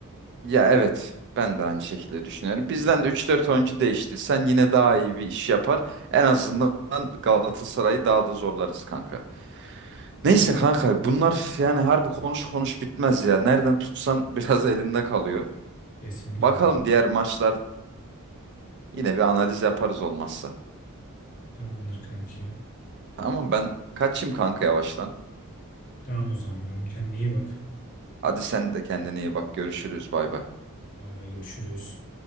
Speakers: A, on the right; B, on the left.
A: ya evet ben de aynı şekilde düşünüyorum. Bizden de üç dört oyuncu değişti. Sen yine daha iyi bir iş yapar. En azından Galatasaray'ı daha da zorlarız kanka. Neyse kanka bunlar yani harbi konuş konuş bitmez ya. Nereden tutsan <laughs> biraz elinde kalıyor.
B: Kesinlikle
A: Bakalım
B: kanka.
A: diğer maçlar yine bir analiz yaparız olmazsa.
B: Tamamdır kanki.
A: Tamam ben kaçayım kanka yavaştan.
B: Tamam o zaman canım kendine iyi bak.
A: Hadi sen de kendine iyi bak. Görüşürüz. Bay bay.
B: Bay bay görüşürüz.